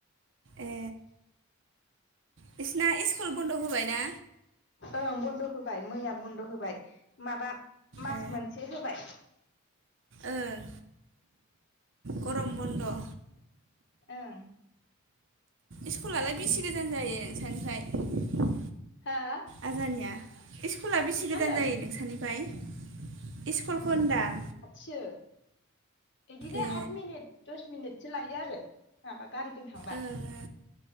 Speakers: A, on the right; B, on the left.
A: ए बिसना इस्कुल बन्द' होबाय ना।
B: ओं बन्द' होबाय मैया बन्द' होबाय माबा मास
A: ए
B: मोनसे होबाय।
A: ओं गरम बन्द'।
B: ओं।
A: इस्कुलालाय बेसे गोजान जायो नोंसानिफ्राय?
B: हो
A: आजानिया? इस्कुला बेसे
B: मा
A: गोजान
B: होनदों
A: जायो नोंसानिफाय इस्कुलखो होनदां।
B: सो इदिनो
A: ए
B: आत मिनिट दस मिनिटसो लायो आरो। माबा गारिजों थां
A: ओ ओ